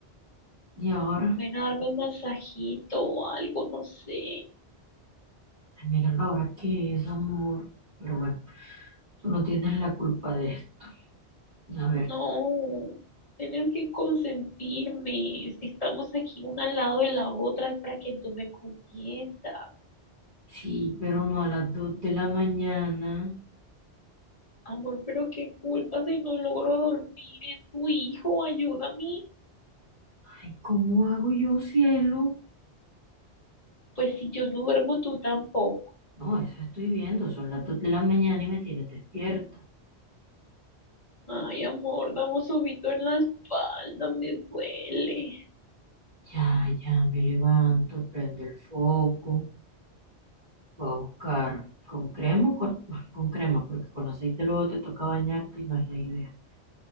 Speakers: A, on the right; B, on the left.
A: y ahora,
B: Ven a darme un masajito o algo, no sé.
A: Ay, mira la hora que es, amor. Pero bueno, tú no tienes la culpa de esto. A
B: No,
A: ver,
B: tienes que consentirme. Si estamos aquí una al lado de la otra es para que tú me consientas.
A: sí, pero no a las dos de la mañana.
B: Amor, pero qué culpa si no logro dormir, es tu hijo, ayúdame.
A: Ay, ¿cómo hago yo, cielo?
B: Pues si yo no duermo, tú tampoco.
A: No, eso estoy viendo, son las dos de la mañana y me tienes despierta.
B: Ay, amor, dame un sobito en la espalda, me duele.
A: Ya, ya, me levanto, prendo el foco, voy a buscar con crema, o con, <laughs> con crema, porque con aceite luego te toca bañarte y no es la idea.